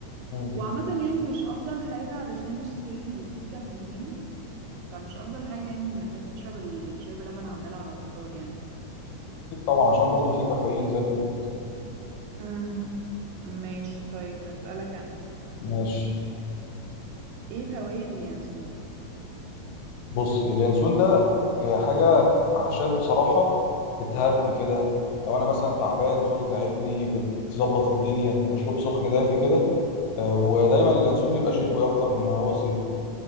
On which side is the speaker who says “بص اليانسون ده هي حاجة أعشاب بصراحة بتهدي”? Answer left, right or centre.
Left